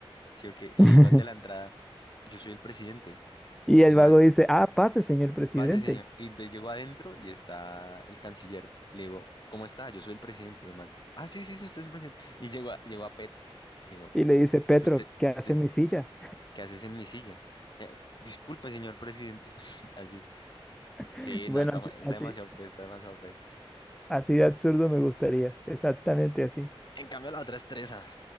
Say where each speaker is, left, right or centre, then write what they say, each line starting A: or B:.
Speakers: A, on the left (about 45°); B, in the centre.
A: ¿sí o qué? Y
B: <laughs>
A: le digo al de la entrada, yo soy el presidente.
B: Y
A: Y
B: el
A: el
B: vago
A: man,
B: dice, ah, pase, señor presidente.
A: pase, señor. Y entonces llego adentro y está el canciller. Y le digo, ¿cómo está? Yo soy el presidente. Y el man, ah, sí, sí, sí, usted es el presidente. Y llego a, llego a Petro. Le digo,
B: Y le dice, Petro,
A: usted,
B: ¿qué hace
A: usted,
B: en mi silla?
A: ¿qué haces en mi silla? "Eh, disculpe, señor presidente. <laughs> Así.
B: <laughs>
A: Sí,
B: Bueno,
A: no, está,
B: así,
A: ma- está
B: así,
A: demasiado fe, está demasiado fe.
B: así de absurdo me gustaría, exactamente así.
A: En cambio, la otra estresa.